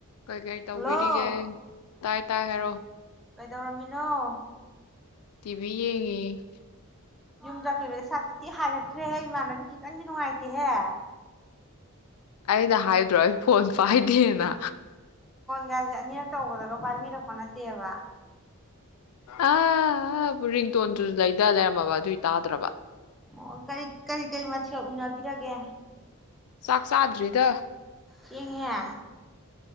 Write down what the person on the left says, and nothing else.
ꯀꯩ ꯀꯩ ꯇꯧꯕꯤꯔꯤꯒꯦ
ꯇꯥꯏ ꯇꯥꯏ ꯍꯥꯏꯔꯣ
ꯇꯤꯚ ꯌꯦꯡꯉꯦ
ꯑꯩꯅ ꯍꯥꯏꯗ꯭ꯔꯣ ꯑꯩ ꯐꯣꯟ ꯄꯥꯏꯗꯦꯅ
ꯑ ꯔꯤꯡꯇꯣꯟꯗꯨ ꯂꯩꯗ ꯂꯩꯔꯝꯃꯕ ꯑꯗꯨꯏ ꯇꯥꯗ꯭ꯔꯕ
ꯁꯥꯥꯛ ꯆꯥꯗ꯭ꯔꯤꯗ